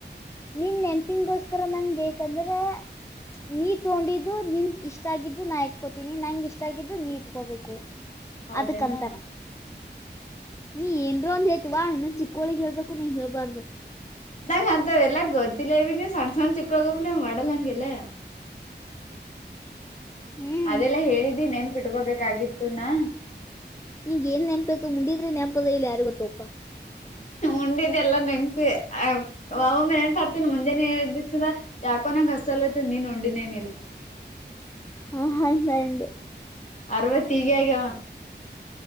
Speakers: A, on the left; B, on the left.
A: ನಿನ್ ನೆನ್ ತಿಂಗಗೋಸ್ಕರ ನಂಗ ಬೇಕಂದ್ರೆ ನೀ ತಗೊಂಡಿದ್ದು ನಿನ್ ಇಷ್ಟಗಿದ್ದು ನಾ ಇಟ್ಕೋತೀನಿ ನಂಗ ಇಷ್ಟ ಆಗಿದ್ದು ನೀ ಇಟ್ಕೋಬೇಕು
B: ಹೌದೇನಾ
A: ಅದಕ್ಕಂತಾರ ನೀ ಏನ್ರರು ಅಂದ ಹೇಳ್ತಿವಾ ಇನ್ನೊ್ ಚಿಕ್ಕೋಳಗ್ ಹೇಳ್ಬೇಕು ನೀನ್ ಹೇಳ್ಬಾರ್ದು
B: ನಂಗ ಅಂತವ್ ಎಲ್ಲ ಗೊತ್ತಿಲ್ಲ ಇವ ನೀ ಸಣ್ಣ ಸಣ್ಣ ಚಿಕ್ಕಗಪ್ಲ ಮಾಡಲ್ಲ ಹಂಗೆಲ್ಲ
A: ಹ್ಮ್
B: ಅದೆಲ್ಲ ಹೇಳಿದ್ದಿ ನೆನ್ ಬಿಟ್ಕೊಬೇಕಾಗಿತ್ತು ನ
A: ನಿಗ್ ಏನ್ ನೆನ್ಪತ ಉಂಡಿದ್ದು ನೆನ್ಪತ ಇಲ್ಲ ಯಾರು ಗೊತ್ತೋಯಪ್ಪ
B: ಉಂಡಿದ ಎಲ್ಲ ನೆನ್ಪಿ ವಾವಮ್ಮ ಏನ್ ಪಡ್ತೀನಿ ಮುಂಜಾನೆಸ ಯಾಕ <unintelligible>
A: <unintelligible>
B: ಅರವತ್ತೀಗೆ ಆಗ್ಯಾವ